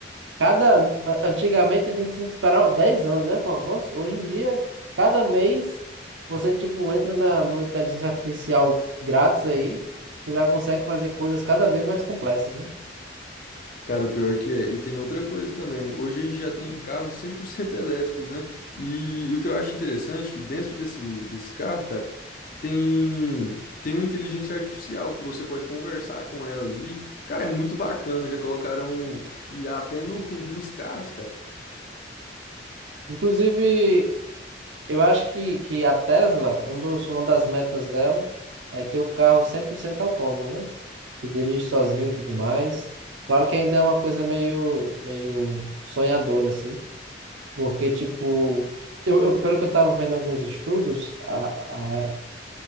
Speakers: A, on the right (about 75°); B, on the left (about 45°).
A: Cada, a- antigamente a gente se esperava 10 anos, né, pro avanço. Hoje em dia, cada mês você tipo entra na numa inteligência artificial grátis aí, você já consegue fazer coisas cada vez mais complexas, né?
B: Cara, o pior que é. E tem outra coisa também. Hoje a gente já tem carros 100% <laughs> elétricos, né? E o que eu acho interessante é que dentro desse, desse carro, cara, tem, tem uma inteligência artificial que você pode conversar com ela ali. Cara, é muito bacana. Já colocaram IA até no, <laughs> nos carros, cara.
A: Inclusive, eu acho que, que a Tesla, um dos, uma das metas dela é ter o carro 100% autônomo, né? Que dirige sozinho e tudo mais. Claro que ainda é uma coisa meio, meio sonhadora, assim, Porque, tipo, eu, eu- pelo que eu estava vendo alguns estudos, a, a,